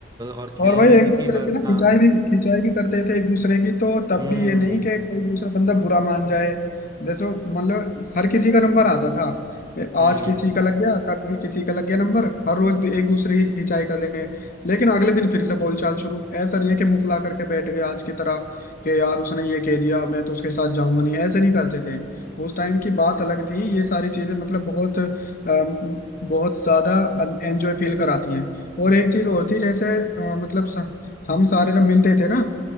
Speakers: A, on the right; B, on the left.
A: और खेलने
B: और भाई
A: वेलने
B: एक
A: की
B: दूसरे
A: बात
B: की ना
A: हाँ
B: खिंचाई भी खिंचाई भी करते थे एक दूसरे की तो तब
A: हम्म
B: भी ये नहीं कि कोई दूसरा बंदा बुरा मान जाए जैसे मतलब हर किसी का नंबर आता था
A: हम्म
B: आज किसी का लग गया कभी किसी का लग गया नंबर हर रोज एक दूसरे की खिंचाई कर रहे हैं लेकिन अगले दिन फिर से बोलचाल शुरू ऐसा नहीं है कि मुंह फुला करके बैठ गए आज की तरह कि यार उसने ये कह दिया मैं तो उसके साथ जाऊंगा नहीं ऐसे नहीं करते थे उस टाइम की बात अलग थी ये सारी चीजें मतलब बहुत अम, बहुत ज्यादा एंजॉय फील कराती हैं और एक चीज और थी जैसे अ, मतलब स- हम सारे जब मिलते थे ना